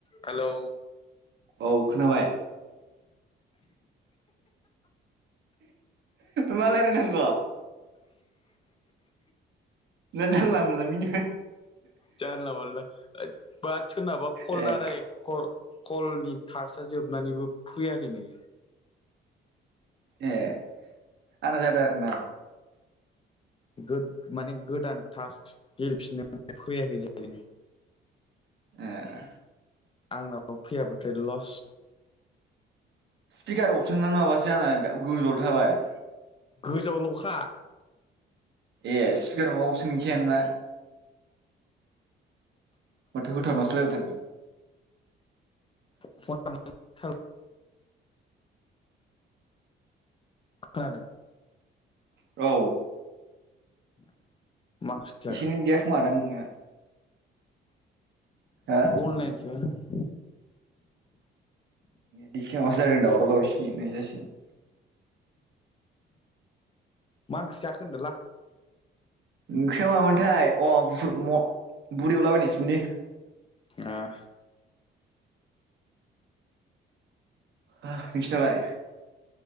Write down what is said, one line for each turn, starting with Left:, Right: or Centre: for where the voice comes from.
Left: हेलौ
Right: औ खोनाबाय। मा लाराय नांग? मा जानला मानला मिनि
Left: जानला मानला ओद बाद सोरनाबा कल‌
Right: ए
Left: लाराय खल कलनि थासआ जोबनानैबो फैयाखैनो।
Right: ए आना जदो आरो ना?
Left: गोद माने गोदान टास गेलेफिननो फैयाखै जाहैदों।
Right: ए
Left: आंनाव आव फैया बाथाय ल'स
Right: सिफिखार अपसनानो माबासो आना गोजौआवल' थाबाय।
Left: गोजौआव ल'खा।
Right: ए स्पिकार माबा अपसन गैखाया ना? माथो होथाबनासो लारायदों।
Left: फ <unintelligible> खोनादों।
Right: औ
Left: <inaudible> जाखो
Right: एसे नेद गैया खोमादां नोंना? हो
Left: अनलाइनसो बा
Right: बिसिङाव सो जागोन दावराव दावसि मोननायसो जासिगोन।
Left: मा ओंख्रि जाखो होनदोला?
Right: ओंख्रिया मामोनथाय अ' फुर म' बुद एवलाबायनायसो। ने
Left: नाआ
Right: आ नोंसिनालाय?